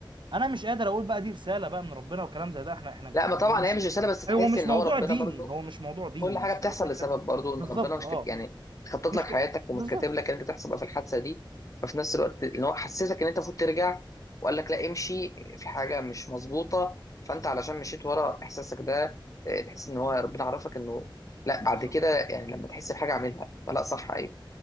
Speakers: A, on the right; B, on the left.
A: انا مش قادر اقول بقى دي رساله بقى من ربنا وكلام زي ده احنا احنا
B: لا ما طبعا
A: هو مش
B: هي مش رساله بس تحس
A: هو مش
B: ان
A: موضوع
B: هو ربنا
A: ديني
B: برضو
A: هو مش موضوع ديني
B: كل حاجه
A: بس
B: بتحصل
A: هو فكره
B: لسبب برضو
A: بالظبط
B: ان ربنا مش
A: اه
B: كت... يعني مخطط
A: مش
B: لك حياتك
A: ك...
B: ومش
A: بالظبط
B: كاتب لك ان انت تحصل بقى في الحادثه دي ففي نفس الوقت ان هو حسسك ان انت المفروض ترجع وقال لك لا امشي في حاجه مش مظبوطه فانت علشان مشيت ورا احساسك ده آه، تحس ان هو ربنا عرفك انه لا بعد
A: بالظبط
B: كده يعني لما تحس بحاجه اعملها فلا صح ايوه